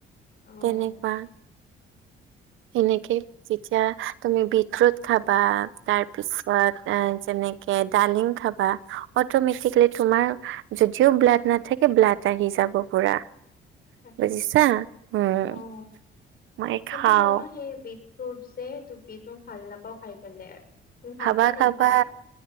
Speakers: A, on the left; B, on the right.
A: অ'
B: তেনেকুৱা এনেকে যেতিয়া তুমি বিত ফ্ৰুট খাবা তাৰ পিছত অ যেনে ডালিম খাবা অটমেটিকেলি তোমাৰ যদিও ব্লাড নাথাকে ব্লাড আহি যাব পুৰা
A: তাকে
B: বুজিছা উম
A: অ'
B: মই
A: কিন্তু
B: খাও
A: মইনো সেই বিট ফ্ৰুট যে বিট ম‌ই ভাল নাপাওঁ খাই পেলাই তুমি ভাল
B: খাবা
A: পোৱা নেকি
B: খাবা
A: খাই?